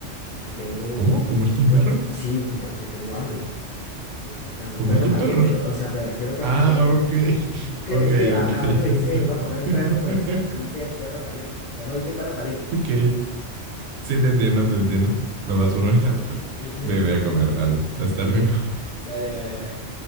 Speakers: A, on the left; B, on the right.
A: Porque tengo
B: ¿cómo?
A: un...
B: ¿Comerte un
A: pue-
B: perro?
A: Sí, un perro, porque tengo hambre. Tengo bastante hambre.
B: ¿Comerte
A: Un perro caliente.
B: un perro? <laughs>
A: O sea, me refiero a perro
B: Ah,
A: caliente, ¿no?
B: ok.
A: Es que,
B: Ok,
A: es que a
B: ok.
A: cada uno le dice, voy a comer un
B: <laughs>
A: perro, pero se re- dice perro caliente, ¿no? O sea, no dice perro caliente.
B: Ok.
A: <laughs>
B: Sí, te entiendo, te entiendo. No más problema. <laughs>
A: Sí.
B: Bebé a comer, dale. Hasta luego.
A: <laughs> Vale, vale, vale.